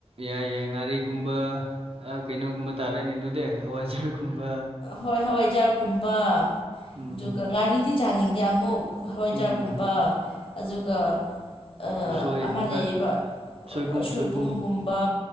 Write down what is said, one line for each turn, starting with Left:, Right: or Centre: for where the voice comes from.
Right: ꯌꯥꯏ ꯌꯥꯏ ꯉꯥꯔꯤꯒꯨꯝꯕ ꯑ ꯀꯩꯅꯣꯒꯨꯝꯕ ꯇꯥꯔꯦꯅꯦ ꯑꯗꯨꯗꯤ ꯍꯋꯥꯏꯖꯥꯔꯒꯨꯝꯕ
Left: ꯍꯣꯏ ꯍꯋꯥꯏꯖꯥꯔꯒꯨꯝꯕ
Right: ꯎꯝ
Left: ꯗꯨꯒ ꯉꯥꯔꯤꯗꯤ ꯆꯥꯅꯤꯡꯗꯦ ꯑꯃꯨꯛ ꯍꯋꯥꯏꯖꯥꯔꯒꯨꯝ
Right: ꯎꯝ
Left: ꯕ ꯑꯖꯨꯒ ꯑ
Right: ꯎꯁꯣꯏ
Left: ꯑꯃꯥ ꯂꯩꯌꯦꯕ
Right: ꯑꯦ ꯁꯣꯏꯕꯨꯡ
Left: ꯁꯣꯏꯄꯨꯝꯒꯨꯝꯕ
Right: ꯁꯣꯏꯕꯨꯡ